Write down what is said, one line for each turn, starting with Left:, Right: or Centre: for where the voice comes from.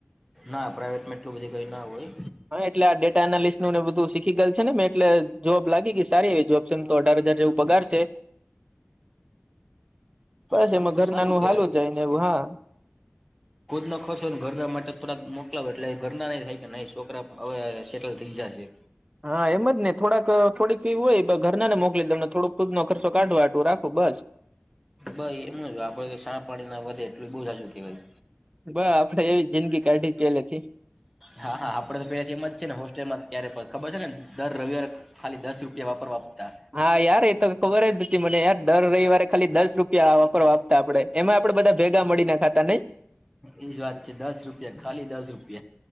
Centre: ના પ્રાઈઇવેટ માં એટલું બધી કઈ ના હોય
Right: હા એટલે આ ડેટા એનાલિસ્ટ નું બધું શીખી ગયેલ છે ને મેં એટલે જોબ લાગી ગઈ સારી એવી જોબ છે એમ તો અઢાર હજાર જેવું પગાર છે. <inaudible> બસ
Centre: હા
Right: એમાં
Centre: તો
Right: ઘર
Centre: સારું
Right: નાનું
Centre: કેવાય.
Right: હાલું જાય ને એવું. હા
Centre: નો ખર્ચો ઘરના માટે થોડાક મોકલા ઘરના નહી થાય કે નહી છોકરા હવે સેટલ થઈ જાશે.
Right: હા એમ જ ને થોડાક થોડીક ફી હોય ઘરના ને મોકલી દવ અને થોડૂક ટૂંકમાં ખર્ચો કાઢવા હાટુ રાખ ખુબ જ.
Centre: ભાઈ એમનું આપડે શા પાણી ના વધે એટલું બઉુ સાચું કેવાય
Right: બ આપડે એવી જિંદગી કાઢી પેલેથી.
Centre: હા હા આપડે તો એમ જ છે ને હોસ્ટેલમાં થી કયારે ખબર છે ને દર રવિવારે ખાલી દસ રૂપિયા વાપરવા આપતા
Right: હા યાર એ તો ખબર જ હતી મને યાર દર રવિવારે ખાલી દસ રૂપિયા વાપરો આપતા આપડે એમાં પણ બધા ભેગા મળી ને ખાતા નય.
Centre: એજ વાત છે દસ રૂપિયા ખાલી દસ રૂપિયા.